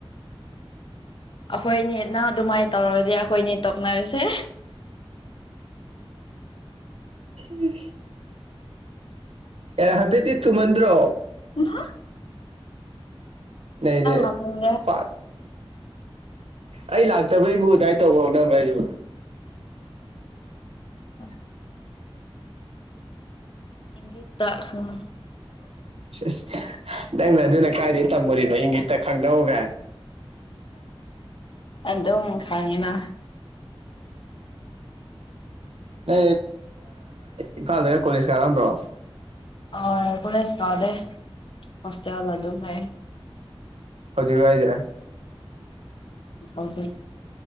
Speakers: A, on the left (about 55°); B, on the right (about 85°).
A: ꯑꯩꯈꯣꯏꯅꯤ ꯅꯪ ꯑꯗꯨꯃꯥꯏꯅ ꯇꯧꯔꯗꯤ ꯑꯩꯈꯣꯏꯅꯤ ꯇꯣꯛꯅꯔꯁꯦ
B: ꯎ ꯑꯦ ꯍꯥꯏꯐꯦꯗꯤꯤ ꯊꯨꯃꯟ꯭ꯔꯣ
A: ꯍꯥ
B: ꯅ ꯔꯦ
A: ꯂꯥꯛꯅꯤꯡꯗꯦ
B: ꯐ ꯑꯩ ꯂꯥꯛꯇꯕꯩꯕꯨ ꯑꯗꯨꯗꯥꯏ ꯇꯧꯍꯧꯅꯕ ꯍꯥꯏꯁꯨ
A: ꯑ ꯏꯦ ꯇ ꯁꯨꯅ
B: ꯁꯁ ꯅꯪꯅ ꯑꯗꯨꯅ ꯀꯥꯏꯗꯒꯤ ꯇꯝꯃꯨꯔꯤꯅ ꯏꯪꯒꯤꯠꯇ ꯈꯪꯗꯧꯒꯥꯏ
A: ꯑꯗꯨꯝ ꯈꯪꯉꯤꯅ
B: ꯅ ꯏꯝꯐꯥꯜꯗꯒ ꯀꯣꯂꯦꯖ ꯀꯥꯔꯝꯕ꯭ꯔꯣ
A: ꯑꯣ ꯀꯣꯂꯦꯖꯀꯗꯦ ꯍꯣꯁꯇꯌꯥꯗꯔ ꯑꯗꯨꯝ ꯂꯩ
B: ꯍꯧꯖꯤꯛ ꯍꯥꯏꯁꯦ
A: ꯍꯧꯖꯩ